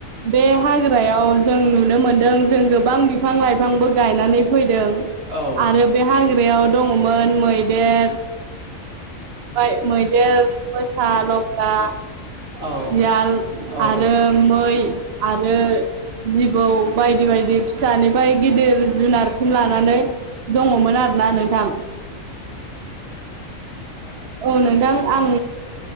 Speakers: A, on the right (about 55°); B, on the right (about 80°).
A: बे हाग्रायाव जों नुनो मोनदों जों गोबां बिफां लाइ- लाइफांबो गायनानै फैदों
B: औ
A: आरो बे हाग्रायाव- बेयाव दङमोन मैदेर ओफ्राय मैदेर मोसा लख्रा।
B: औ
A: सियाल
B: औ
A: आरो मै। आरो जिबौ बायदि बायदि फिसानिफ्राय गिदिर जुनार सिम लानानै
B: औ
A: दङमोन आरोना नोंथां।
B: <inaudible>
A: औ नोंथां आं